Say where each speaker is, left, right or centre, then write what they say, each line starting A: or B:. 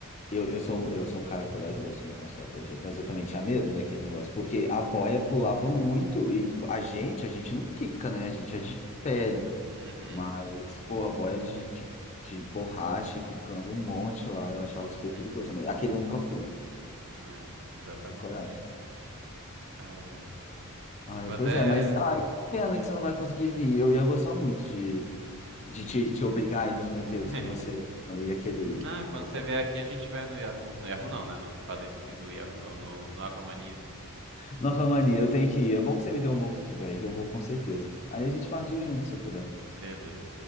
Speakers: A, on the left (about 30°); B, on the right (about 55°).
A: eu, eu sou, eu sou um cara corajoso, me considero corajoso, mas eu também tinha medo daquele negócio, porque a boia pulava muito e a gente, a gente não quica, né? A gente é de pele,
B: Uhum,
A: mas, pô, a boia de, de, de borracha quicando um monte lá, eu achava
B: uhum,
A: super perigoso também. Aquele eu nunca fui.
B: é, exatamente.
A: Que coragem.
B: Ai, ai.
A: Ai,
B: Vou
A: pois
B: até.
A: é, mas ai, que pena que você não vai conseguir vir. Eu ia gostar muito de, de te, te obrigar a ir nos brinquedos
B: <laughs>
A: que você não ia querer ir.
B: Ah, quando
A: Não, vou
B: você
A: colocar
B: vier aqui
A: aí.
B: a gente vai no Yahoo. No Yahoo não, né? No falecido Yahoo não, no, no Aquamania.
A: Não, Camani, eu tenho que ir. É bom que você me deu um bom feedback, eu vou com certeza. Aí a gente parte de junto se eu puder.
B: Beleza.